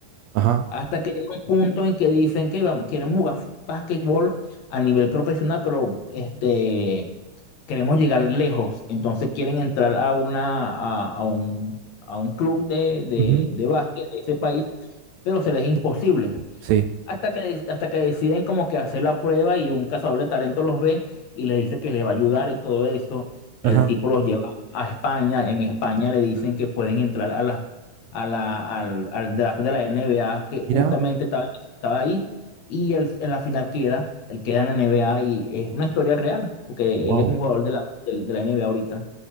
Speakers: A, on the right; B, on the left.
A: Ajá.
B: Hasta que llega un punto en que dicen que vamos- queremos jugar básquetbol a nivel profesional, pero este, queremos llegar lejos. Entonces quieren entrar a, una, a, a un, a un club de, de,
A: Ujú.
B: de básquet de ese país, pero se les es imposible.
A: Sí.
B: Hasta que, hasta que deciden como que hacer la prueba y un cazador de talentos los ve y les dice que les va a ayudar y todo eso. El
A: Ajá.
B: tipo los lleva a España. En España le dicen que pueden entrar a la, a la, al, al draft de la NBA que
A: Mira,
B: justamente estaba, estaba ahí. Y él, en la final queda, él queda en la NBA y es una historia real, porque
A: wow.
B: él es un jugador de la, de, de la NBA ahorita.